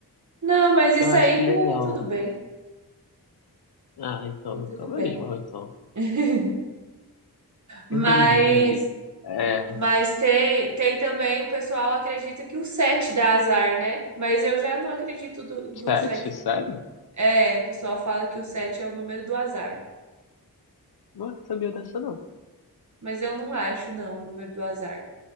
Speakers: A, on the right; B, on the left.
A: Não, mas isso
B: Eu acho
A: aí
B: que
A: né,
B: legal.
A: tudo bem,
B: Ah, então,
A: tudo
B: então menos
A: bem.
B: mal, então.
A: <laughs> Mas
B: Entendi, entendi. É,
A: Mas tem, tem também o pessoal acredita que o 7 dá azar, né? Mas eu já não acredito do, do
B: sete,
A: 7
B: sério?
A: também, não. É, o pessoal fala que o 7 é o número do azar.
B: Não sabia dessa, não.
A: Mas eu não acho, não, o número do azar.